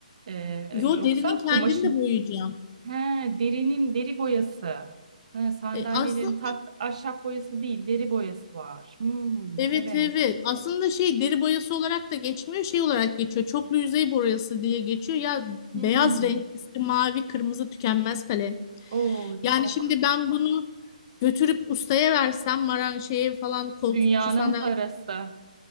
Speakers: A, on the right (about 55°); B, on the left (about 30°).
A: Ee,
B: Yo
A: yoksa
B: derinin kendini
A: kumaşın.
B: de boyayacağım.
A: He, derinin deri boyası. He, sandalyelerin
B: E, aslında
A: tat ahşap boyası değil, deri boyası var. Hmm,
B: evet
A: evet.
B: evet. Aslında şey deri boyası olarak da geçmiyor. Şey olarak geçiyor. Çoklu yüzey boyası diye geçiyor. Ya
A: Hmm.
B: beyaz renk üstü mavi kırmızı tükenmez kalem.
A: Oo,
B: Yani
A: çok.
B: şimdi ben bunu götürüp ustaya versem maran şeye falan koltukçu
A: Dünyanın
B: sandalye
A: parası.